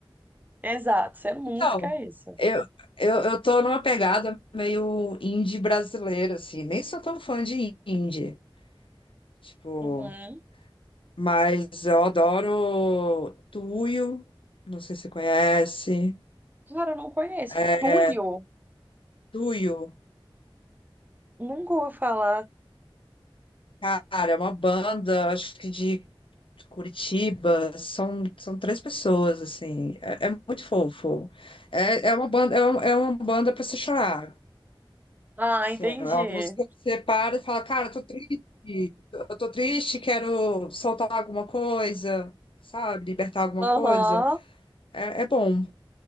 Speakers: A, on the right; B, on the left.
A: <laughs> Exato, sendo música
B: Então,
A: é isso.
B: eu, eu, eu tô numa pegada meio indie brasileira, assim. Nem sou tão fã de indie. Tipo,
A: Uhum.
B: mas eu adoro Tuyo, não sei se você conhece.
A: Cara, eu não conheço.
B: É,
A: Tuyo?
B: Tuyo,
A: Nunca vou falar.
B: cara, é uma banda, acho que de Curitiba, são, são três pessoas, assim, é, é muito fofo. É, é uma banda, é, um- é uma banda pra você chorar.
A: Ah,
B: Assim,
A: entendi.
B: é uma música que você para e fala, cara, eu tô triste, eu tô triste, quero soltar alguma coisa, sabe? Libertar alguma
A: Aham.
B: coisa. É, é bom.